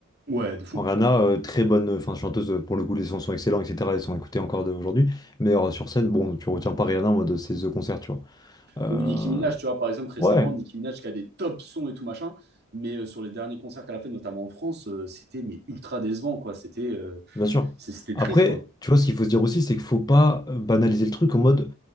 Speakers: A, on the right; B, on the left.
A: Ouais, de fou.
B: En Rihanna, euh, très bonne euh, enfin, chanteuse, euh, pour le coup, les sons sont excellents, etc. Ils sont écoutés encore de- aujourd'hui. Mais euh, sur scène, bon, tu retiens pas Rihanna en mode c'est The Concert, tu vois. Euh,
A: Ou Nicki Minaj, tu vois, par exemple, récemment,
B: ouais.
A: Nicki Minaj qui a des top sons et tout machin, mais euh, sur les derniers concerts qu'elle a fait, notamment en France, euh, c'était mais ultra décevant, quoi. C'était euh,
B: Bien sûr.
A: c'est- c'était
B: Après,
A: triste, quoi.
B: tu vois, ce qu'il faut se dire aussi, c'est qu'il faut pas euh, banaliser le truc en mode,